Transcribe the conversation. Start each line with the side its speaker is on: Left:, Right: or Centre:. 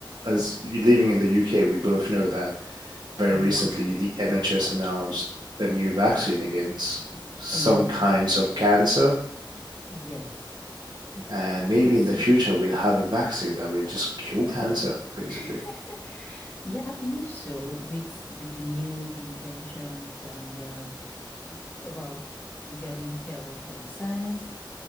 Right: as living in the uk we both know that very
Left: Yeah,
Right: recently, the NHS announced a new vaccine against some
Left: any of
Right: kinds
Left: that.
Right: of cancer.
Left: Yes.
Right: Uh, maybe
Left: So
Right: in the future, we'll have a vaccine that will just cure cancer, basically.
Left: <laughs> yeah, I believe so with with the new inventions and uh, about regarding health and science.